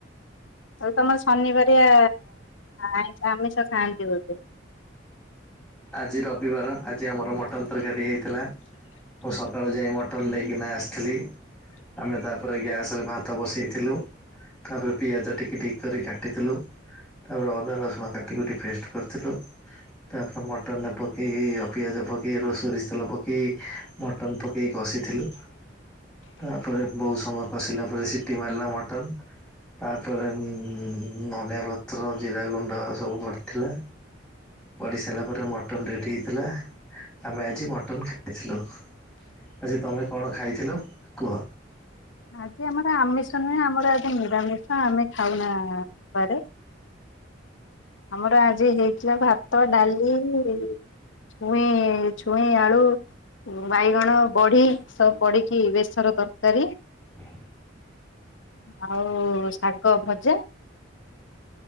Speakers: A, on the left (about 75°); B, in the centre.
A: ଆଉ ତମ ଶନିବାରିଆ ଆଇଁ ଆମିଷ ଖାଆନ୍ତି ବୋଧେ।
B: ଆଜି ରବିବାର ଆଜି ଆମର ମଟନ ତରକାରୀ ହେଇଥିଲା। ମୁଁ ସକାଳୁ ଯାଇ ମଟନ ନେଇକିନା ଆସିଥିଲି। ଆମେ ତାପରେ ଗ୍ୟାସରେ ଭାତ ବସେଇଥିଲୁ। ତାପରେ ପିଆଜ ଟିକି ଟିକି କରି କାଟିଥିଲୁ। ତାପରେ ଅଦା, ରସୁଣ କାଟିକୁଟି ପେଷ୍ଟ କରିଥିଲୁ ତାପ ମଟନ ପକେଇ ପିଆଜ ପକେଇ ସୋରିଷତେଲ ପକାଇ ମଟନ୍ ପକେଇ କଷିଥିଲୁ। ତାପରେ ବୋହୁତ ସମୟ କଷିଲା ପରେ ସିଟି ମାରିଲା ମଟନ। ତାପରେ ଉଁ ଧନଆ ପତ୍ର ଜିରା ଗୁଣ୍ଡ ସବୁ ପଡିଥିଲା। ପଡି ସାରିଲା ପରେ ମଟନ ରେଡି ହେଇଥିଲା ଆମେ ଆଜି ମଟନ ଖାଇଥିଲୁ। ଆଜି ତମେ କଣ ଖାଇଥିଲ କୁହ?
A: ଆଜି ଆମର ଆମିଷ ନୁହେଁ ଆମର ଆଜି ନିରାମିଷ ଆମେ ଖାଉନା ରବିବାରେ। ଆମର ଆଜି ହେଇଥିଲା ଭାତ ଡାଲି ଛୁଇଁ ଛୁଇଁ ଆଳୁ ବାଇଗଣ ବଢି ସବୁ ପଢିକି ବେସର ତରକାରୀ।
B: ହ
A: ଆଉ ଶାଗ ଭଜା।